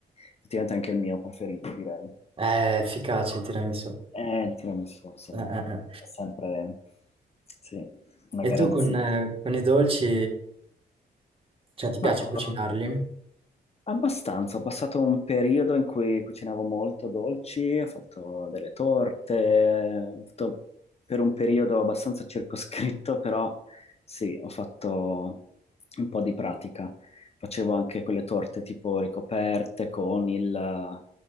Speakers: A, on the left; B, on the right.
A: effettivamente anche il mio preferito, direi.
B: È efficace il tiramisù.
A: Eh, il tiramisù, insomma,
B: Eh, eh, eh.
A: è sempre, sì, una garanzia.
B: E tu con, eh, con i dolci, cioè ti piace
A: Ma eh,
B: cucinarli?
A: Abbastanza, ho passato un periodo in cui cucinavo molto dolci, ho fatto delle torte, ho fatto per un periodo abbastanza circoscritto, però sì, ho fatto un po' di pratica. Facevo anche quelle torte tipo ricoperte con il,